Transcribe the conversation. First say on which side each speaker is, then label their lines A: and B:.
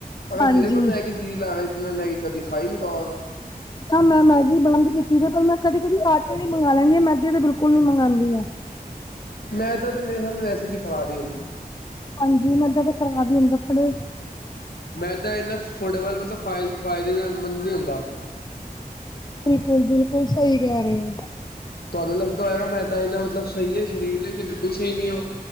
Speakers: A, on the left; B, on the left.
A: ਅਗਰ
B: ਹਾਂਜੀ
A: ਮੇਰੇ ਕੋਲ ਮੈਗੀ <unintelligible> ਮੈਂ ਮੈਗੀ ਕਦੀ ਖਾ ਹੀ ਨੀ ਪਾਵਾਂਗਾ।
B: ਹਾਂ ਮੈਂ ਮੈਗੀ ਬੰਦ ਕੀਤੀ ਸੀ ਪਰ ਮੈਂ ਕਦੀ ਕਦੀ ਆਟੇ ਦੀ ਮੰਗਵਾ ਲੈਂਦੀ ਮੈਦੇ ਦੀ ਤਾਂ ਬਿਲਕੁਲ ਨੀ ਮੰਗਵਾਉਂਦੀ ਆ।
A: ਮੈਂ ਇਏਦਾਂ <inaudible> ਮੇਰੇ ਵੈਸੇ ਵੀ ਖ਼ਰਾਬ ਹੀ ਹੁੰਦਾ ਹੈ।
B: ਹਾਂਜੀ ਮੈਦਾ ਤੇ ਖਰਾਬ ਹੀ ਹੁੰਦਾ, ਆਪਣੇ
A: ਮੈਂਦਾਂ ਇੰਨਾ ਫੁੱਟਬਾਲ ਮਤਲਬ ਫ ਫਾਇਦੇਮੰਦ ਨਹੀਂ ਹੁੰਦਾ।
B: ਬਿਲਕੁਲ ਬਿਲਕੁਲ ਸਹੀ ਕਹਿ ਰਹੇ ਹੋ
A: ਤੁਹਾਨੂੰ ਲੱਗਦਾ ਹੋਏਗਾ ਮੈਦਾ ਇੰਨਾ ਮਤਲਬ ਸਹੀ ਹੈ ਸਰੀਰ ਲਈ ਤੇ ਬਿਲਕੁਲ ਸਹੀ ਨਹੀਂ ਉਹ।